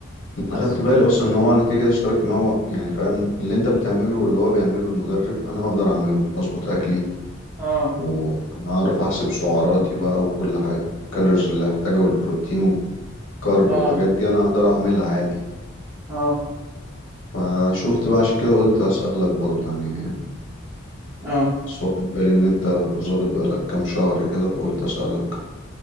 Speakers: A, on the right; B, on the left.
A: بس
B: انا خدت بالي اصلا ان هو انا كده كده اشتركت معاه هو يعني فاهم اللي انت بتعمله واللي هو بيعمله المدرب انا هقدر اعمله اظبط اكلي
A: اه
B: واعرف احسب سعراتي بقى وكل حاجة الكالوريز اللي هحتاجها والبروتين كارب
A: اه
B: والحاجات دي انا اقدر اعملها عادي
A: اه
B: فشفت بقى عشان كده قلت اسالك برضو يعني
A: اه
B: بس واخد بالي ان انت ظابط بقالك كام شهر كده فقلت اسالك